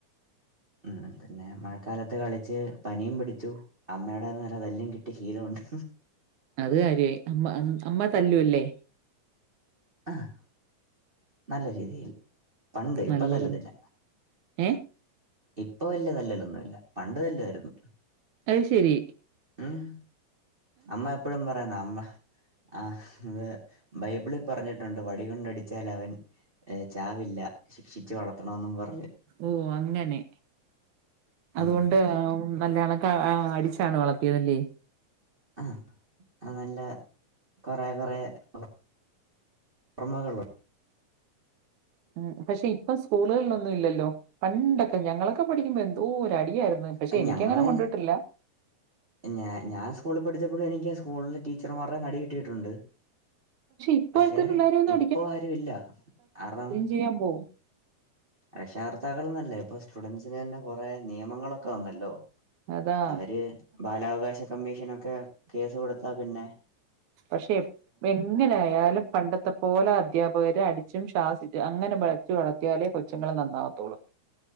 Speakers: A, on the right (about 20°); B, on the right (about 75°).
A: ഉം പിന്നെ മഴക്കാലത്ത് കളിച്ച് പനിയും പിടിച്ചു അമ്മയുടെ നല്ല തല്ലും കിട്ടി ശീലമുണ്ട്
B: അത് കാര്യയായി അമ്മ അമ്മ തല്ലൂ അല്ലേ
A: ആഹ് നല്ല രീതിയിൽ പണ്ട്
B: നല്ല
A: ഇപ്പൊ തല്ലത്തില്ല
B: ഏഹ്
A: ഇപ്പൊ വലിയ തല്ലല്ലൊന്നും ഇല്ല പണ്ട് തല്ലുവായിരുന്നു
B: അത് ശെരി
A: ആഹ് അമ്മ എപ്പഴും പറയ്ന്നാ അമ്മ ആഹ് അതേ ബൈബിളിൽ പറഞ്ഞിട്ട്ണ്ട് വടികൊണ്ടടിച്ചാൽ അവൻ ഏഹ് ചാവില്ല ശിക്ഷിച്ച് വളർത്തണന്നും പറഞ്
B: ഓഹ് അങ്ങനെ അതുകൊണ്ട്
A: ഉം
B: ആ മ് നല്ലേണൊക്ക ആ അടിച്ചാണ് വളർത്തിയതല്ലേ
A: ആഹ് അത് അല്ല കൊറേ കൊറേ ഒ ഒന്നൊകൊള്ളൂ
B: ആഹ് പക്ഷെ ഇപ്പം സ്കൂള്കളിലൊന്നും ഇല്ലല്ലോ പണ്ടൊക്കെ ഞങ്ങളൊക്കെ പഠിക്കുമ്പോ എന്തോരു അടിയായ്ര്ന്നു മെൻ പക്ഷെ
A: അത്
B: എനിക്കങ്ങനെ
A: ഞങ്ങളെ
B: കൊണ്ടിട്ടില്ല
A: ഞാ ഞാൻ സ്കൂൾള് പഠിച്ചപ്പൊക്കെ എനിക്ക് ആ സ്കൂൾന്ന് ടീച്ചർമാരെന്ന് അടി കിട്ടീട്ടുണ്ട്
B: ഇപ്പോഴത്തെ
A: പക്ഷെ
B: പിള്ളേരെയൊന്നും
A: ഇപ്പം ആരു ഇല്ല അറം
B: എയ്യാംപോഉം
A: രക്ഷാകർത്താക്കൾന്നല്ലേ ഇപ്പൊ സ്റ്റുഡൻസിന് എന്നെ കൊറേ നിയമങ്ങളൊക്കെ വന്നല്ലോ
B: അതാ
A: അവര് ബാലാവകാശ കമ്മീഷനൊക്കെ കേസ് കൊടുത്താ പിന്നേ
B: പക്ഷെ എങ്ങിനെആയാലും പണ്ടത്തപ് പോലെ അധ്യാപകര് അടിച്ചും ശ്വാസിച്ച് അങ്ങനെ വളച്ചു വളർത്തിയാലേ കൊച്ചുങ്ങള് നന്നാകത്തൊളൂ